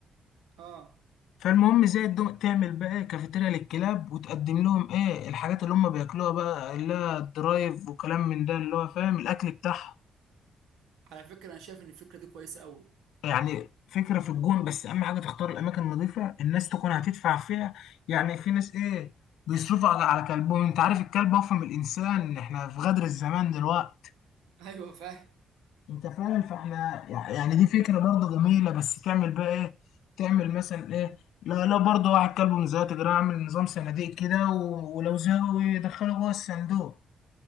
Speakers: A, on the right; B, on the left.
A: أه
B: فالمهم زي الدو... تعمل بقى إيه، كافيتيريا للكلاب وتقدم لهم ايه الحاجات اللي هم بياكلوها بقى اللي هي الدرايف وكلام من ده اللي هو فاهم الاكل بتاعهم
A: على فكرة أنا شايف إن الفكرة دي كويسة أوي
B: يعني فكره في الجون بس اهم حاجه تختار الاماكن النظيفه الناس تكون هتدفع فيها يعني في ناس ايه بيصرفوا على على كلبهم انت عارف الكلب اوفى من الانسان احنا في غدر الزمان دلوقتي
A: أيوه فاهم
B: انت فاهم فاحنا يعني دي فكره برضه جميله بس تعمل بقى ايه تعمل مثلا ايه لا لا برضه واحد كلب من زيادة كده اعمل نظام صناديق كده و- ولو زهقوا يدخله جوه الصندوق